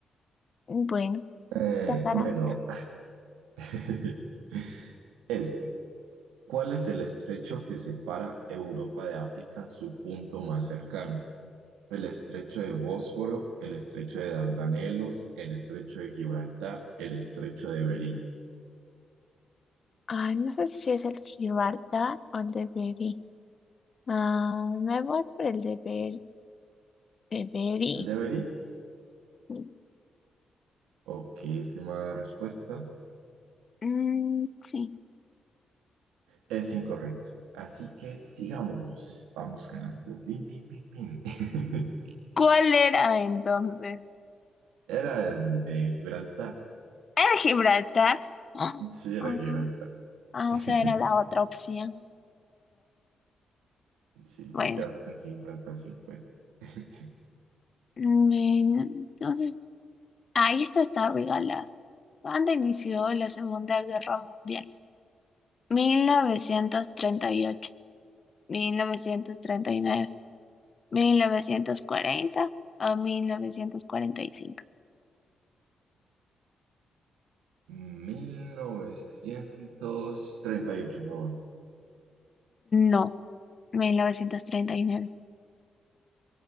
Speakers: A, on the left (about 50°); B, on the right (about 80°).
A: bueno,
B: Eh,
A: Tacarana.
B: bueno, <laughs> este. ¿Cuál es el estrecho que separa Europa de África en su punto más cercano? El estrecho de Bósforo, el estrecho de Dardanelos, el estrecho de Gibraltar, el estrecho de Bering.
A: Ah, no sé si es el Gibraltar o el de Beri. Ah, me voy por el de beri. de Beri.
B: ¿El deberí?
A: Sí.
B: Ok, última respuesta.
A: Mm, sí.
B: Es incorrecto. Así que sigamos. Vamos ganando. Bim, bim, bim, bim. <laughs>
A: ¿Cuál era entonces?
B: Era el de Gibraltar.
A: ¿Era Gibraltar? Ah,
B: Sí, era
A: ah,
B: Gibraltar.
A: ah,
B: <laughs>
A: o sea, era la otra opción.
B: Sí,
A: Bueno,
B: te quedaste un cincuenta cincuenta. a cincuenta.
A: mm, entonces, ahí esta está regalada. ¿Cuándo inició la Segunda Guerra Mundial? mil mil novecientos novecientos treinta treinta y y ocho mil novecientos treinta y nueve mil novecientos cuarenta o mil novecientos cuarenta y cinco
B: <laughs> 1938, me voy.
A: No, mil novecientos treinta y nueve